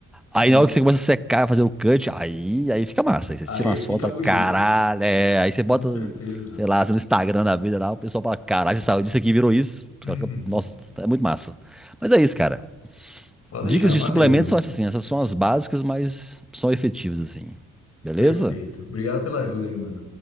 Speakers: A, on the left (about 55°); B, in the centre.
A: Né?
B: Aí na hora que você começa a secar, fazer o cut, aí, aí fica massa. Aí você
A: Aí
B: tira umas
A: fica
B: fotos,
A: bonito.
B: caralho, é. Aí você
A: Com
B: bota,
A: certeza.
B: sei lá, você no Instagram da vida lá, o pessoal fala, caralho, você saiu disso aqui, e virou isso. Os
A: Uhum.
B: caras ficam, nossa, é muito massa. Mas é isso, cara.
A: Pode
B: Dicas
A: deixar, valeu,
B: de suplementos
A: mano.
B: são essas assim, essas são as básicas, mas são efetivas assim. Beleza?
A: Perfeito. Obrigado pela ajuda aí, mano.